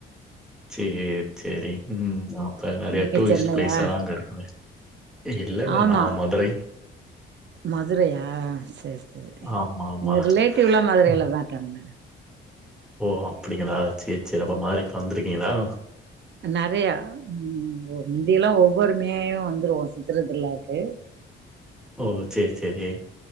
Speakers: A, in the centre; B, on the right.
A: சேர் சேரி உம் அப்ப நெறைய
B: நீங்க
A: டூரிஸ்ட்
B: சென்னையா
A: பிளேஸ் எல்லா அங்க இருக்குமே இல்ல இல்ல
B: ஆமா
A: நா மதுரை
B: மதுரையா சேரி சேரி
A: ஆமாமா.
B: எங்க ரிலேட்டிவ் எல்லா மதுரையில
A: ம்.
B: தா இருக்காங்க
A: ஓ அப்டிங்களா சேர் சேரி அப்போ மாதுரைக்குளா வந்திருக்கீங்களா
B: நெறையா உம் முந்தியெல்லா ஒவ்வொரு மேயு வந்துருவே சித்திர திருவிழாக்கு
A: ஓ செரி செரி